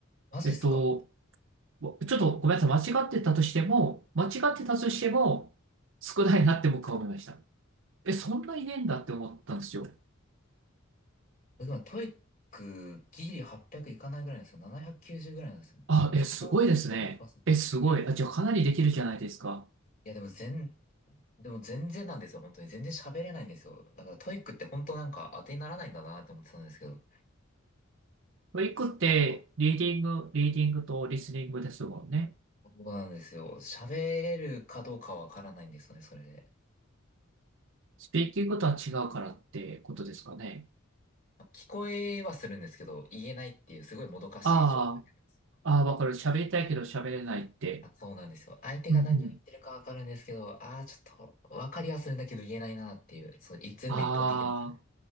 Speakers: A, on the left; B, on the right.
A: マジですか
B: えっと、もうちょっとごめんなさい。間違ってたとしても、間違ってたとしても、少ないなって僕は思いました。え、そんな遺伝だって思ったんですよ。
A: 今、トイックギリ800いかないぐらいなんですよ。790ぐらいなんですよね。
B: あ、
A: 1からじゅうごパーセント。
B: え、すごいですね。え、すごい。あ、じゃあかなりできるじゃないですか。
A: いや、でも全、でも全然なんですよ、本当に。全然喋れないんですよ。だからトイックって本当なんか当てにならないんだなって思ってたんですけど。
B: トリックって、
A: そっか。
B: リーディング、リーディングとリスニングですもんね。
A: そうなんですよ。喋れるかどうかわからないんですよね、それで。
B: スピーキングとは違うからってことですかね。
A: まあ聞こえはするんですけど、言えないっていう、すごいもどかしい状態になります。
B: あああー、わかる。喋りたいけど喋れないって。
A: あ、そうなんですよ。相手が何を言ってるかわかるんですけど、
B: うんうん。
A: ああ、ちょっと、わかりはするんだけど言えないなっていう、そう、い全部一方的なっね。
B: あ